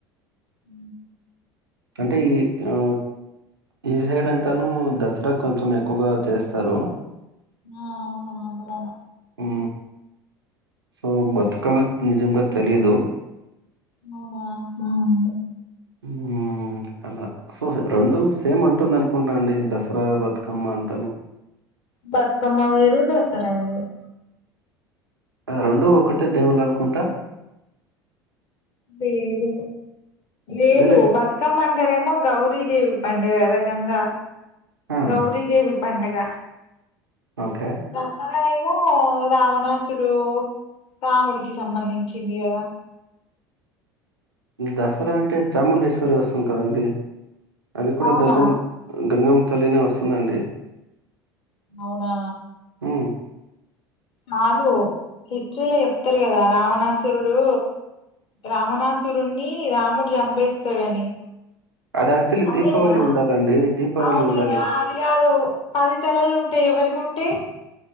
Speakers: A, on the left (about 45°); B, on the right (about 80°).
A: అ
B: అంటే ఈ ఆ ఈ సైడ్ అంటాను దసరా కొంచెం ఎక్కువగా చేస్తారు
A: ఆ అవును ఆంధ్రాల
B: ఊ సో బతుకమ్మ నిజంగా తెలీదు
A: అవునా ఉమ్
B: ఊ అలా సో రెండు సేమ్ అంటుంది అనుకుంటున్నా అండి దసరా బతుకమ్మ అంత
A: బతుకమ్మా వేరు దసరా వేరు
B: ఆ రెండు ఒకటే దేవుళ్ళు అనుకుంటా
A: లేదు లేదు
B: వేరే
A: బతు కమ్మ అంటే నేమో గౌరీదేవి పండుగ గదా గంగా
B: ఆ!
A: గౌరీదేవి పండగ
B: ఓకే
A: దసరా ఏమో రావనాసుడు రాముడికి సంబంధించింది కదా
B: దసరా అంటే చాముండేశ్వరి వస్తుంది కదండి అది కూడా
A: అవునా
B: గంగమ్మ గంగమ్మ తల్లినే వస్తుందండి
A: అవునా
B: ఊ
A: నాదు హిస్టరీలో చెప్తారు కదా రావణాస్ రుడు రామణాసురున్ని రాముడు చంపేస్తాడని
B: అది యాక్చువల్లీ
A: అవేనా
B: దీపావళి ఉండాలండి. దీపావళి
A: అవును
B: ఉండాలి.
A: గదా అదిగాదు పదితలలు ఉంటాయి ఎవరికి ఉంటాయి